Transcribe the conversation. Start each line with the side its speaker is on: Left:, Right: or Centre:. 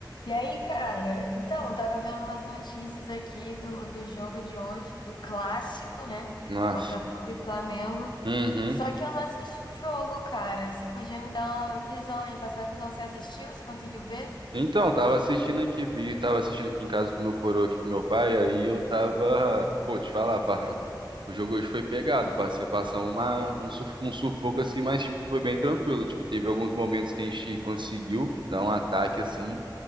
Left: E aí, cara? Então, eu tava vendo umas notícias aqui do, do jogo de hoje, do clássico, né?
Right: Nossa.
Left: Botafogo e Flamengo.
Right: Uhum.
Left: Só que eu não assisti o jogo, cara. Você podia me dar uma visão aí, passar a visão. Você assistiu? Você conseguiu ver?
Right: Então, tava assistindo aqui, vi, tava assistindo aqui em casa com meu coroa aqui com meu pai, aí eu tava, pô, te falar, pá, <laughs> o jogo hoje foi pegado, passei, passamos uma um, suf- um sufoco assim, mas tipo foi bem tranquilo, tipo, teve alguns momentos que a gente conseguiu dar um ataque assim,